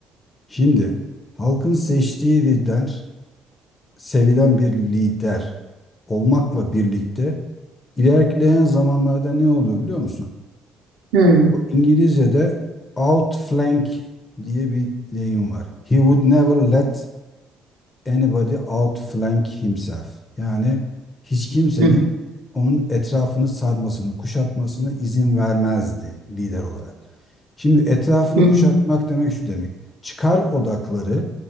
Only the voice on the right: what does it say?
hı,
hı hı,
hı hı,